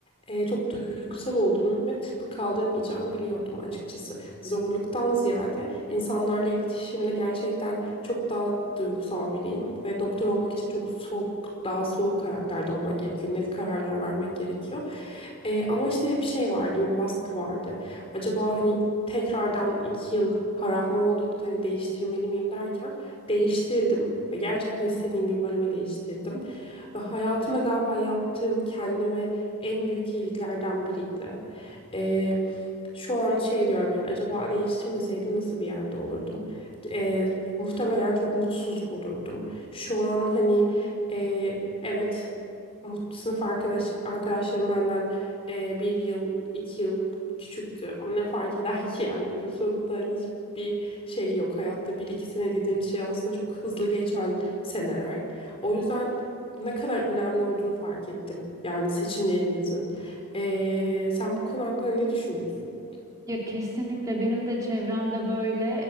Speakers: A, on the left; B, on the right.
A: e, çok duygusal olduğunu ve tıpı kaldırmayacağını biliyordum açıkçası. Zorluktan ziyade insanlarla iletişimde gerçekten çok daha duygusal biriyim ve doktor olmak için çok soğuk, daha soğuk karakterde olmak gerekiyor. Net kararlar vermek gerekiyor. E, ama işte hep şey vardı, bir baskı vardı. Acaba hani tekrardan iki yıl harap mı oldu, hani değiştirmeli miyim derken değiştirdim ve gerçekten istediğim bir bölüme değiştirdim. Ve hayatımda galiba yaptığım kendime en büyük iyiliklerden biriydi. Ee, şu an şey diyorum hani acaba değiştirmeseydim nasıl bir yerde olurdum? Ee, muhtemelen çok mutsuz olurdum. Şu an hani e, evet mut, sınıf arkadaş arkadaşlarım benden e, bir yıl iki yıl küçüktü ama ne fark eder ki yani günün sonunda hani hiçbir şey yok hayatta bir iki sene dediğimiz şey aslında çok hızlı geçen seneler. O yüzden ne kadar önemli olduğunu fark ettim. Yani seçimlerimizin. Ee, sen bu konu hakkında ne düşünüyorsun?
B: Ya kesinlikle benim de çevremde böyle